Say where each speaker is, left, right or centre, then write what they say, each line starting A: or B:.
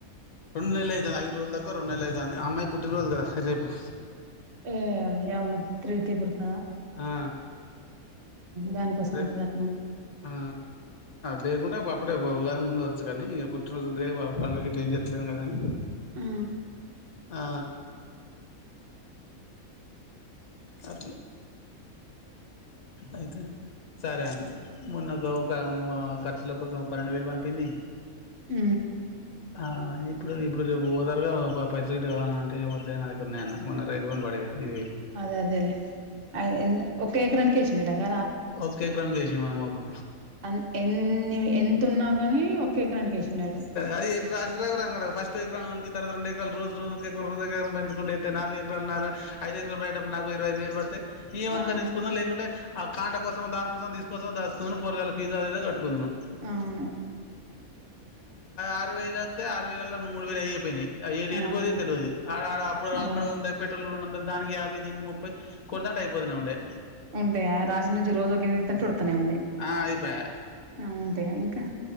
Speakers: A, on the left; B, on the right.
A: రెండుెల అయితుంది ఐదు రోజు దకు రెండుెల అయింది అమ్మాయి పుటినరోజుదా రేపు
B: ఏ అ అమంత ప్రీతి బత
A: ఆ
B: దానికోసం
A: రేపు
B: ఉంటంది అట్న
A: ఆ లేకుంటే అప్పుడేగా ముందే వచ్చ కానీ ఇక పుట్టినరోజుంది పండుగ గట్ ఏం చేస్తలేము కాదని
B: ఆ
A: ఆ అ అయితే సరే అ మొన్న ఒక ఒక ఖర్చుల కోసం పన్నెండు వేలు పంపింది
B: హ
A: ఆ ఇప్పుడు ఇప్పుడు రేపు ఓదారుగా పైసటు కావాల అంటే మొదలైన అ ఉన్నాన్న మొ రైతుబం పడేగా ఐదు వేలు
B: అదే అదేలే ఒ ఒక ఏకరనికి కేషండా క
A: ఓకే క్రన్ చేస మన మోకు
B: అన్ ఎన్ని ఎంతున్నా గాని ఒక ఎకరానికి వేసిండట
A: అది రా ఎ ఫస్ట్ ఎకరానికి తవాత రెడు ఎకాల రోజ రోజ ఒక ఎకరా రోజ ఎకర పెంచుకు అయితే నాలుగు ఎకలు ఉన్నారు ఐ డట నాకు ఇవైఐదు వేలు పతతే నమనుక
B: ఆ
A: తీచ్చుకుందం లేకుంటే ఆ కాంటా కోసం దానికోసం తీసుకోసం దాుకుందం పొరగాల ఫీజు అద కట్టు కొ న
B: అవును
A: ఆరు వేల అస్తతే ఆరు వేలలా మూడు వేలు అయియిపోయినాయి ఏ
B: ఆ
A: ఎడిపోతే తెలియదు ఆడ ఆడ అప్పుడు
B: ఆ
A: అక్కడ ఉంది పెట్రోల్ కూడా ఉ దానికి యాభై దీనికి ముప్పై కుదాంటే అయిపోతున్నా ఉండడి
B: ఉంటాయా రాశి నుంచి రోజుకింటుడతానే ఉండి
A: ఆ అయిపాయే
B: ఆ ఉంటాయా ఇంకా